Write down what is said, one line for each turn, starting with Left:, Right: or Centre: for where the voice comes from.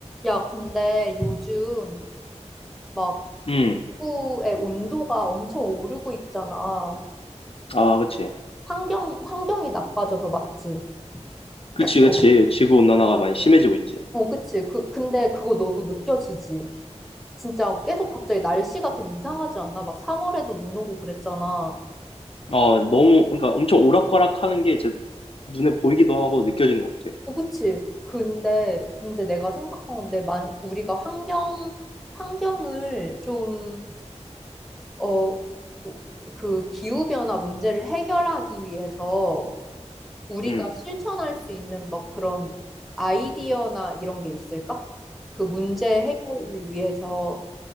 Centre: 야, 근데 요즘 막
Left: 음,
Centre: 지구의 온도가 엄청 오르고 있잖아.
Left: 아, 그치.
Centre: 환경, 환경이 나빠져서 맞지?
Left: 그치,
Centre: 어,
Left: 그치. 지구온난화가 많이 심해지고 있지.
Centre: 어, 그치. 그, 근데 그거 너도 느껴지지? 진짜 계속 갑자기 날씨가 좀 이상하지 않아? 막 3월에도 눈 오고 그랬잖아.
Left: 아, 너무, 그러니까 엄청 오락가락 하는 게 이제 눈에 보이기도 하고 느껴지는 것 같아.
Centre: 어, 그치. 근데, 근데 내가 생각한 건데, 만, 우리가 환경, 환경을 좀, 어, 그 기후변화 문제를 해결하기 위해서 우리가
Left: 음,
Centre: 실천할 수 있는 뭐 그런 아이디어나 이런 게 있을까? 그 문제 해결을 위해서